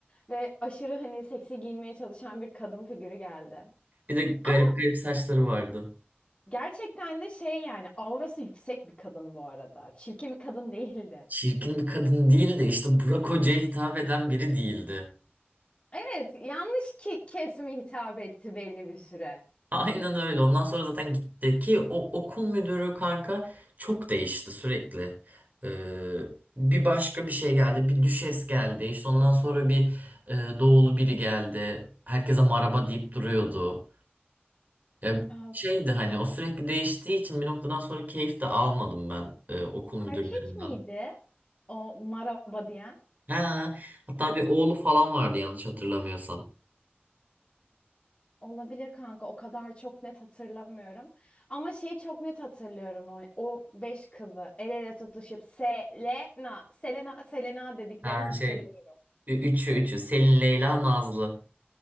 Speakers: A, on the left; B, on the right.
A: Ve aşırı hani seksi giyinmeye çalışan bir kadın figürü geldi.
B: Bir de garip
A: Ama
B: garip saçları vardı.
A: gerçekten de şey yani aurası yüksek bir kadın bu arada. Çirkin bir kadın <laughs> değildi.
B: Çirkin bir kadın değil de işte Burak Hoca'ya hitap eden biri değildi.
A: Evet, yanlış ki kesime hitap etti belli bir süre.
B: Aynen öyle. Ondan sonra zaten gitti ki o okul müdürü kanka çok değişti sürekli. Ee, bir başka bir şey geldi. Bir düşes geldi. İşte ondan sonra bir e, doğulu biri geldi. Herkese maraba deyip duruyordu. Ya
A: Aa,
B: şeydi hani o sürekli değiştiği için bir noktadan sonra keyif de almadım ben e, okul müdürlerinden.
A: Erkek miydi o maraba diyen?
B: Ha, hatta bir oğlu falan vardı yanlış hatırlamıyorsam.
A: Olabilir kanka, o kadar çok net hatırlamıyorum. Ama şeyi çok net hatırlıyorum o, o beş kızı el ele tutuşup Selena, Selena, Selena dediklerini
B: Ha
A: hatırlıyorum.
B: şey ü- üçü üçü Selin, Leyla, Nazlı.